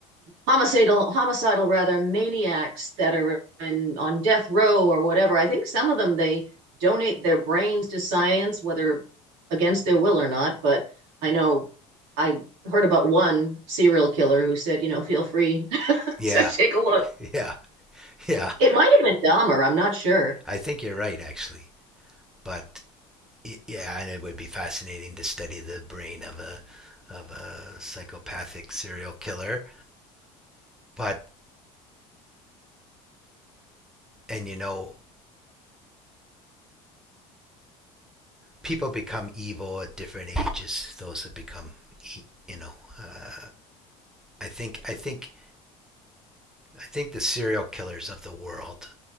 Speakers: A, on the right; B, in the centre.
A: homicidal, homicidal rather maniacs that are in, on death row or whatever, I think some of them they donate their brains to science, whether against their will or not. But I know I heard about one serial killer who said, you know, feel free <laughs>
B: Yeah.
A: to take a
B: <laughs>
A: look.
B: Yeah. Yeah.
A: It might have been Dahmer. I'm not sure.
B: I think you're right, actually. But y- yeah, and it would be fascinating to study the brain of a of a psychopathic serial killer. But And you know, people become evil at different ages. Those that become, e- you know, uh, I think, I think, I think the serial killers of the world